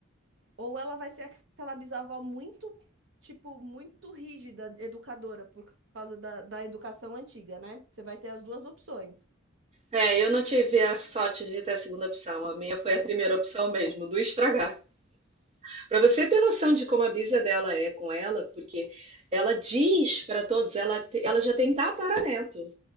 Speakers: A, on the right; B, on the right.
A: ou ela vai ser aquela bisavó muito, tipo, muito rígida, educadora, por causa da, da educação antiga, né? Você vai ter as duas opções.
B: É, eu não tive a sorte de ter a segunda opção. A minha foi a primeira opção mesmo, do estragar. Para você ter noção de como a bisa dela é com ela, porque ela diz para todos, ela, te- ela já tem tataraneto.